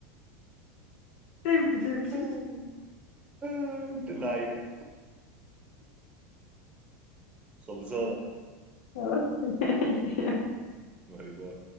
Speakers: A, on the left (about 70°); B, on the right (about 15°).
A: تمشي تمشي
B: <laughs> آه، انت اللعيبه خلصانه
A: خلاص
B: باي باي